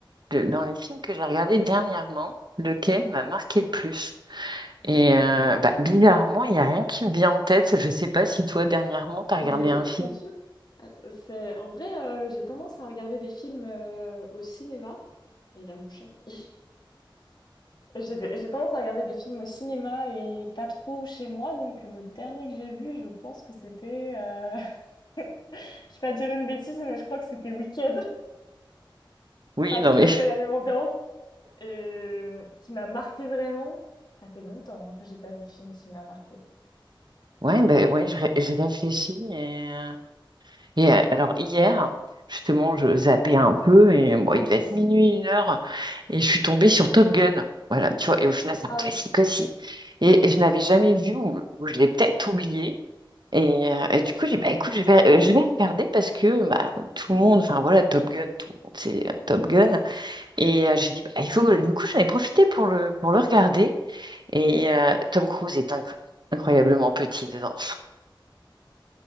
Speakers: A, on the right; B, on the left.
A: le- dans les films que j'ai regardés dernièrement, lequel m'a marqué le plus? Et euh, bah, bizarrement, il n'y a rien qui me vient en tête. Je ne sais pas si toi, dernièrement, tu as regardé
B: Mais ouais,
A: un film.
B: c'est dur. Ah, c- C'est... En vrai, euh, j'ai tendance à regarder des films euh, au cinéma. Et Il y a mon chat qui... J'ai j'ai tendance à regarder des films au cinéma et pas trop chez moi. Donc, le dernier que j'ai vu, je pense que c'était. euh, <laughs> Je vais pas dire une bêtise, mais je crois que c'était Weekend.
A: Oui,
B: Pas
A: non,
B: tout
A: mais
B: à fait la même ambiance. Et euh, qui m'a marqué vraiment. Ça fait longtemps hein, que j'ai pas vu de film qui m'a marqué.
A: Ouais, ben ouais, je, ré- je réfléchis. Et, euh, et euh, alors hier, justement, je zappais un peu et bon, il devait être minuit, une heure, et je suis tombée sur Top Gun. Voilà, tu vois, et au final, c'est
B: Ah
A: un classique
B: oui.
A: aussi. Et, et je n'avais jamais vu, ou, ou je l'ai peut-être oublié. Et, euh, et du coup, j'ai dit, bah écoute, je vais, euh, je vais regarder parce que bah, tout le monde, enfin voilà, Top Gun, tout le monde c'est euh, Top Gun. Et euh, j'ai dit, bah, il faut, euh, du coup, j'en ai profité pour le, pour le regarder. Et euh, Tom Cruise est inc- incroyablement petit dedans.